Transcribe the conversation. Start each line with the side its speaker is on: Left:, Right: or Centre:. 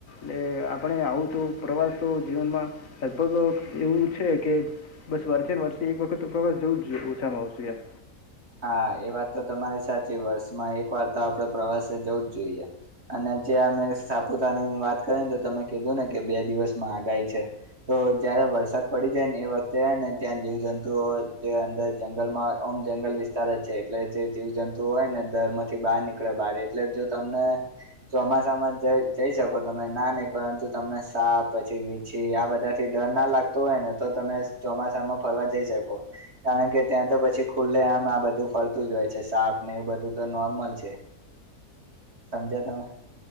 Left: લે આપણે આવું તો પ્રવાસ તો જીવનમાં લગભગ અક એવું છે કે બસ વ્યારખે વરતી એક વખતસ જવું જ જોઈએ ઓછામાં આવશું યાર.
Right: હા, એ વાત તો તમારી સાચી વર્ષમાં એક વાર તો આપડ પ્રવાસે જવું જ જોઈએ. અને જ્યાં ને સાપુતા ની વાત કરીને તો તમે કીધું ને કે બે દિવસમાં આગાઈ છે. તો જયારે વરસાદ પડી જાય ને એ વખતે ને ત્યાં જીવ જંતુઓ જે અંદર જંગલમાં અહ અમ્ જંગલ વીસ ચારે છે એટલે જે જીવ જંતુ હોય ને દર માંથી બહાર નીકળે બારે એટલે જો તમને ચોમા ચોસામાં જઈ શકો તમે ના નહી પરંતુ તમને સા પછી વીછી આ બધા થી ડર ના લ લાગતું હોય ને તો તમે ચોમાસામાં ફરવા જઈ શકો કારણ કે ત્યાં તો પછી ખુલ્લે આમ બધું ફરતું જ હોય છે સાપ ને એવું બધું તો નોર્મલ છે. સમજ્યા તમે.